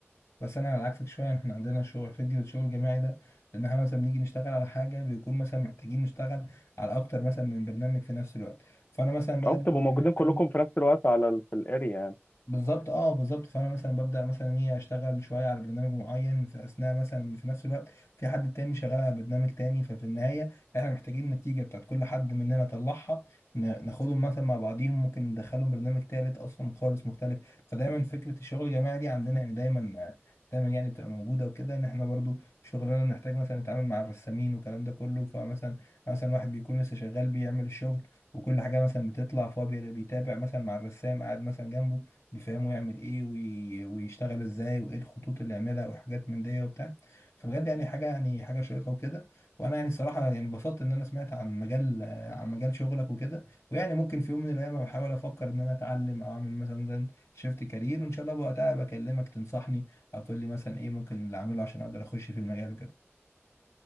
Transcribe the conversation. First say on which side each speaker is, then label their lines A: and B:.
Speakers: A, on the left; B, on the left.
A: بس انا على عكسك شويه يعني احنا عندنا شغل فكره الشغل الجماعي ده لان احنا مثلا بنيجي نشتغل على حاجه بيكون مثلا محتاجين نشتغل على اكتر مثلا من برنامج في نفس الوقت فانا مثلا بدل
B: او بتبقوا موجودين
A: ما أفضل
B: كلكم في نفس الوقت على ال... في الاريا يعني
A: بالظبط اه بالظبط فانا مثلا ببدا مثلا ايه اشتغل شويه على برنامج معين في اثناء مثلا في نفس الوقت في حد تاني شغال على برنامج تاني ففي النهايه احنا محتاجين النتيجه بتاعت كل حد مننا طلعها ن- ناخدهم مثلا مع بعضيهم ممكن ندخلهم برنامج تالت اصلا خالص مختلف فدايما فكره الشغل الجماعي دي عندنا يعني دايما دايما يعني بتبقى موجوده وكده ان احنا برضو شغلنا بنحتاج مثلا نتعامل مع الرسامين والكلام ده كله فمثلا مثلا واحد بيكون لسه شغال بيعمل الشغل وكل حاجه مثلا بتطلع فهو بي- بيتابع مثلا مع الرسام قاعد مثلا جنبه بيفهموا يعمل ايه وي- ويشتغل ازاي وايه الخطوط اللي يعملها وحاجات من دي وبتاع فبجد يعني حاجه يعني حاجه شيقه وكده وانا يعني صراحه يعني انبسطت ان انا سمعت عن مجال آه، عن مجال شغلك وكده ويعني ممكن في يوم من الايام بحاول افكر ان انا اتعلم او اعمل مثلا زي شيفت كارير وان شاء الله وقتها بكلمك تنصحني او تقول لي مثلا ايه ممكن اللي اعمله عشان اقدر اخش في المجال وكده